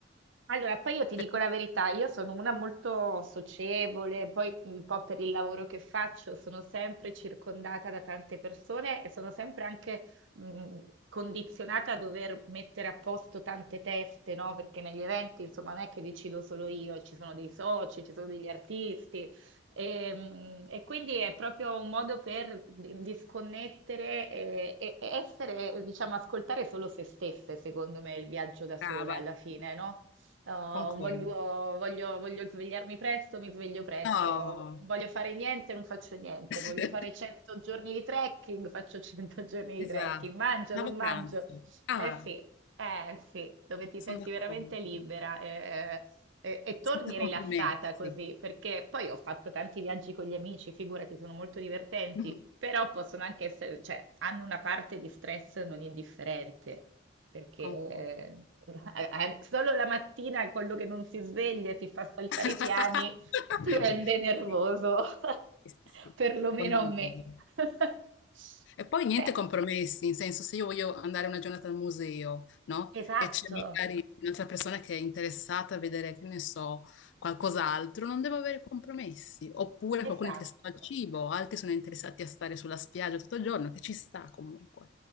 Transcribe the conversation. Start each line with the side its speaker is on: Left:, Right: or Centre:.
Right: Allora, poi io ti
Left: perché
Right: dico la verità, io sono una molto socievole, poi un po' per il lavoro che faccio sono sempre circondata da tante persone e sono sempre anche mh, condizionata a dover mettere a posto tante teste, no? Perché negli eventi, insomma, non è che decido solo io, ci sono dei soci, ci sono degli artisti e, mh, e quindi è proprio un modo per di- disconnettere e, e- e essere, diciamo, ascoltare solo se stesse, secondo me, il viaggio da sola
Left: brava,
Right: alla fine, no? Oh,
Left: concordi.
Right: voglio, voglio- voglio svegliarmi presto, mi sveglio presto.
Left: No,
Right: Non voglio fare niente, non faccio niente.
Left: <laughs>
Right: Voglio fare 100 giorni di trekking, <laughs> faccio 100 giorni
Left: esatto,
Right: di trekking. Mangio,
Left: la
Right: non
Left: vacanza.
Right: mangio.
Left: Ah,
Right: Eh sì, eh sì, dove ti
Left: Sono
Right: senti
Left: d'accordo,
Right: veramente libera. eh, e, e torni
Left: senza compromessi,
Right: rilassata così, perché poi ho fatto tanti viaggi con gli amici, figurati, sono molto divertenti,
Left: Mhm,
Right: però possono anche essere, cioè, hanno una parte di stress non indifferente, perché
Left: concordo.
Right: eh, a- a- solo la mattina quello che non si sveglia e ti fa saltare
Left: <laughs>
Right: i piani ti rende nervoso,
Left: Sì,
Right: <laughs>
Left: sì, sì, sì,
Right: perlomeno
Left: condivido.
Right: a me. <laughs>
Left: E poi niente
Right: Beh,
Left: compromessi, in senso se io voglio andare una giornata al museo, no?
Right: esatto,
Left: E c'è magari un'altra persona che è interessata a vedere, che ne so, qualcos'altro, non devo avere compromessi. Oppure
Right: esatto,
Left: qualcuno è interessato al cibo, altri sono interessati a stare sulla spiaggia tutto il giorno, che ci sta comunque.